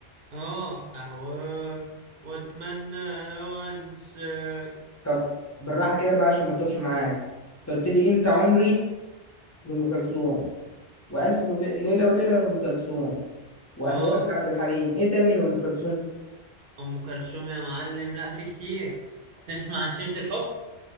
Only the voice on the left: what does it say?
طب بالراحة كده بقى عشان ما توش معاك أنت قلت لي أنت عمري لأم كلثوم وألف ول- ليلة وليلة لأم كلثوم وأهواك
لعبد الحليم إيه تاني لأم كلثوم؟